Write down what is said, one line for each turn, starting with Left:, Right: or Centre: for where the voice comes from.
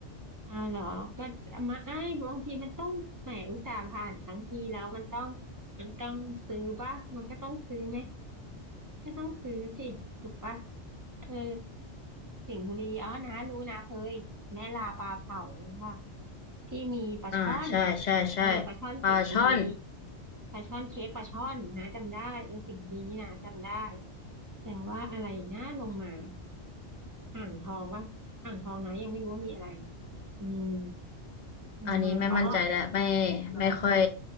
Right: อ้าวเหรอ ก็มาไอ้ายบางทีมันต้องแหมอุตส่าห์ผ่านทั้งทีแล้วมันต้องมันต้องซื้อป่ะมันก็ต้องซื้อไหม ก็ต้องซื้อสิถูกปะเออสิงห์บุรีอ๋อนะรู้นะเคยแม่ลาปลาเผาค่ะที่มีปลาช่อน
Left: อ่าใช่ใช่ใช่
Right: เออปลาช่อนสิงห์บุรี
Left: ปลาช่อน
Right: ปลาช่อนเค้กปลาช่อนนะจำได้เออสิงห์บุรีนี่นะจำได้แต่ว่าอะไรนะลงมาอ่างทองวะอ่างทองนะยังไม่รู้ว่ามีอะไรอืม
Left: อันนี้ไม่มั่นใจแล้วไม่
Right: ลงมาอ๋อเหรอ
Left: ไม่ค่อย